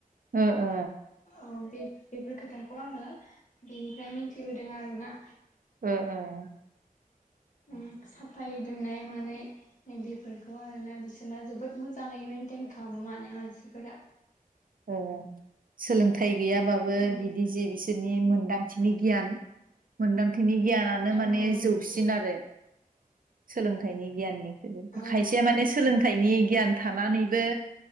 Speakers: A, on the right; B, on the left.
A: ओ ओ
B: औ बे बेफोर खोथाखौ आङो बेनिफ्राय मिथिबोदों आरोना
A: ओ ओं
B: अम साफायै दोननाय मानाय बेफोरखौ आरोना बिसोरना जोबोद मोजाङै मेेनटेन खालामो माने मानसिफोरा
A: ओं ओं सोलोंथाइ गैयाबाबो
B: उम
A: बिदि जि बिसोरनि मोन्दांथिनि गियान मोनदांथिनि गियानानो
B: औ
A: माने
B: औ
A: जौसिन आरो सोलोंथाइनि गियाननिख्रुु
B: औ
A: खायसेया माने सोलों फिथाइनि गियान थानानैबो